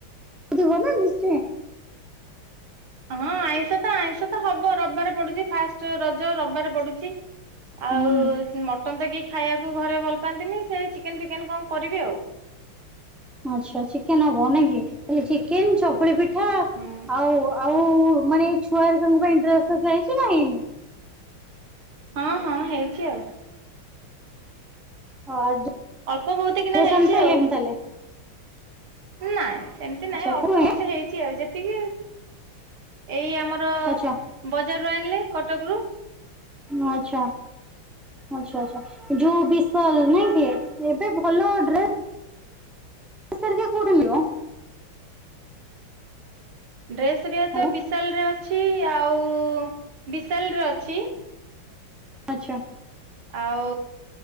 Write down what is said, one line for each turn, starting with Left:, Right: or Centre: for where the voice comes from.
Centre: <unintelligible> ନା ନିଶ୍ଚୟେ।
Right: ହଁ ଆଇଁଷ ତ ଆଇଁଷ ତ ହବ। ରବିବାରେ ପଡୁଚି ଫାଷ୍ଟ ରଜ ରବିବାର ପଡୁଚି।
Centre: ହୁଁ
Right: ଆଉ ମଟନ୍ ତ କେହି ଖାଇବାକୁ ଘରେ ଭଲ ପାଆନ୍ତିନି, ସେ ଚିକେନ୍ ଫିକେନ୍ କଣ କରିବେ ଆଉ।
Centre: ଆଚ୍ଛା। ଚିକେନ୍ ହବ ନାଇଁ କି। ଚିକେନ୍ ଚକୁଳି ପିଠା
Right: ହୁଁ
Centre: ଆଉ ଆଉ ମାନେ ଏଇ ଛୁଆ ହେରିକାଙ୍କ ପାଇଁ ଡ୍ରେସ୍ ହେରିକା ହେଇଛି ନା ହେଇନି
Right: ହଁ ହଁ ହେଇଚି ଆଉ।
Centre: <unintelligible>
Right: ଅଳ୍ପ ବହୁତି କିନା
Centre: ଡ୍ରେସ୍
Right: ହେଇଚି
Centre: ଆଣି ସାରିଲେଣି
Right: ଆଉ।
Centre: ତାହେଲେ
Right: ନାଇଁ ସେମତି ନାଇଁ।
Centre: ଆଚ୍ଛା
Right: ଅଳ୍ପ
Centre: କୋଉ ଆଜ୍ଞା?
Right: ବହୁତ ହେଇଚି ଆଉ। ଯେତିକି ଏଇ ଆମର
Centre: ଆଚ୍ଛା
Right: ବଜାରରୁୁ ଆଣିଲେ କଟକ ରୁ।
Centre: ଆଚ୍ଛା। ଆଚ୍ଛା ଆଚ୍ଛା। ଯୋଉ ବିଶାଲ୍ ନାଇଁ କି। ଏବେ ଭଲ ଡ୍ରେ ସ ହେରିକା କୋଉଠୁ ଲିଅ?
Right: ଡ୍ରେସ ହେରିକା
Centre: ହ୍ୟାଲୋ
Right: ତ ବିଶାଲରେ ଅଛି, ଆଉ ବିଶାଲରେ ଅଛି।
Centre: ଆଛା।
Right: ଆଉ